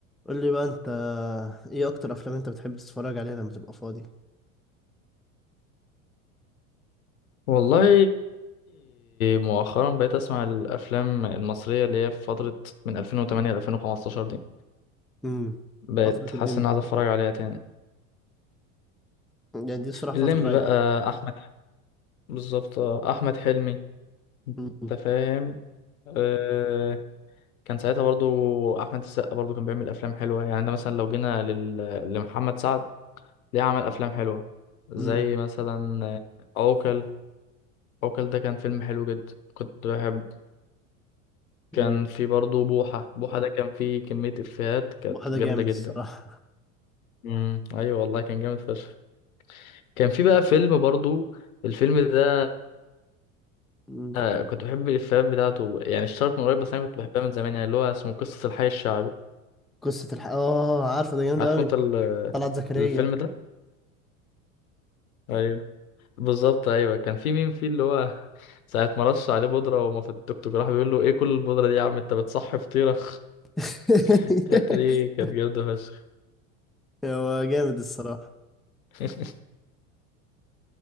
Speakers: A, in the centre; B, on the left.
A: قول لي بقى انت ايه اكتر افلام انت بتحب تتفرج عليها لما تبقى فاضي
B: والله مؤخرا بقيت اسمع الافلام المصريه اللي هي في فتره من 2008 ل 2015 دي
A: امم
B: بقيت
A: فترة
B: حاسس
A: الليمبي
B: ان عايز
A: وكده
B: اتفرج عليها تاني
A: يعني دي الصراحة
B: الليمبي
A: فترة رايقة
B: بقى احمد بالظبط آه، احمد حلمي
A: امم
B: انت فاهم أه كان ساعتها برضو احمد السقا برضو كان بيعمل افلام حلوه يعني ده مثلا لو جينا لل... لمحمد سعد ليه عمل افلام حلوه زي
A: امم
B: مثلا آه، عوكل عوكل ده كان فيلم حلو جدا كنت بحبه كان
A: امم
B: في برضه بوحة بوحة ده كان فيه كمية إفيهات كانت
A: واحدة
B: جامدة
A: جامد
B: جدا
A: الصراحة
B: امم أيوة والله كان جامد فشخ كان في بقى فيلم برضه الفيلم ده
A: امم
B: آه، كنت بحب الإفيهات بتاعته يعني اشتهرت من قريب بس أنا كنت بحبها من زمان يعني اللي هو اسمه قصة الحي الشعبي
A: قصة الح... اه عارفه ده جامد
B: عارفه
A: قوي
B: أنت ال-
A: طلعت زكريا
B: الفيلم ده؟ أيوة بالظبط أيوة كان في مين فيه اللي هو ساعة ما رش عليه بودرة وما في التوك توك راح بيقول له إيه كل البودرة دي يا عم أنت بتصحي فطيرة
A: <laughs>
B: <laughs> الحتة دي كانت جامدة فشخ
A: هو جامد الصراحة
B: <laughs>